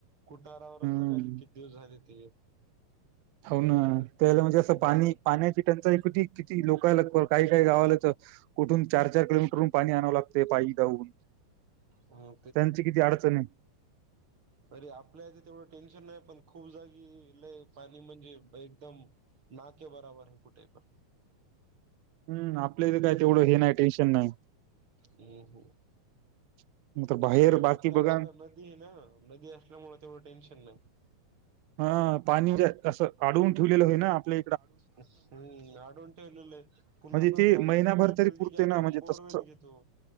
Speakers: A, on the right; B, on the right.
A: कुटारावरच
B: हम्म
A: जगायला किती दिव झाली ते
B: हो ना त्यावेळी म्हणजे असं पाणी
A: ज
B: पाण्याची टंचाई कुती किती लोकला लग काही काही गावालाच तर कुठून चार चार किलोमीटरून पाणी आणावं लागते पाई ऊन
A: ह
B: त्यांची किती अडचण आहे
A: अरे आपल्या तेवढं टेन्शन नाही पण खूप जागी ल पाणी म्हणजे एकदम ना के बराबर आहे कुठे पण.
B: हुम्म आपलं बी तेवढं हे नाही टेन्शन नाही.
A: हुम्म हुम्
B: <inaudible>
A: दुसरीकडे
B: बाहेर बाकी
A: आपल्या
B: बघा
A: गावाला
B: न,
A: नदी आहे ना नदी असल्यामुळे तेवढं टेन्शन नाही.
B: ह पाणी असं अडवून ठेवलेलं होय ना आपलं
A: हुम्म आडवून ठेवलेलं आहेत पुणा
B: म्हणजे
A: का आपल्याला
B: ते
A: पाण्याची
B: महिनाभर
A: कमी
B: तरी
A: पडली
B: पुरते
A: की
B: ना
A: आपण
B: म्हणजे
A: बोरवेल
B: तसं
A: येतो